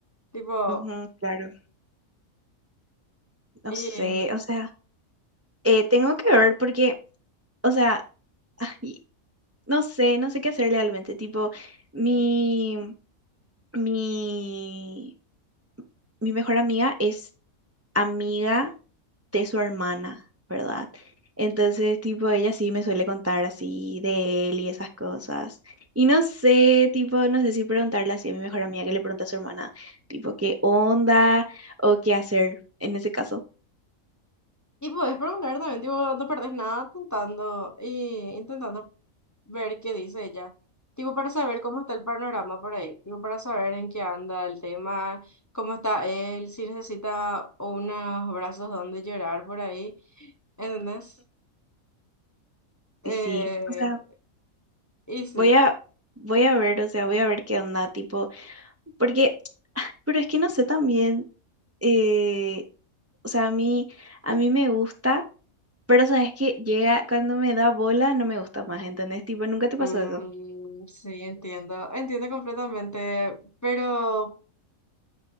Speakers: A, on the left; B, on the right.
A: Tipo,
B: ujú, claro, no
A: y
B: sé, o sea, eh, tengo que ver porque, o sea, <laughs> no sé, no sé qué hacer realmente. Tipo, mi, mi, mi mejor amiga es amiga de su hermana, ¿verdad? Entonces, tipo, ella sí me suele contar así de él y esas cosas. Y no sé, tipo, no sé si preguntarle así a mi mejor amiga que le pregunta a su hermana, tipo, qué onda o qué hacer en ese caso.
A: Y podés preguntar también, tipo, no perdés nada intentando, y intentando ver qué dice ella. Tipo, para saber cómo está el panorama por ahí. Tipo, para saber en qué anda el tema, cómo está él, si necesita unos brazos donde llorar por ahí. ¿Entendés?
B: Y
A: Eh,
B: Sí, o sea,
A: y sí.
B: voy a, voy a ver, o sea, voy a ver qué onda, tipo, porque, pero es que no sé también, eh, o sea, a mí, a mí me gusta, pero sabes que llega, cuando me da bola, no me gusta más, ¿entendés? Tipo, nunca te
A: Mm,
B: pasó eso.
A: sí, entiendo. Entiendo completamente. Pero,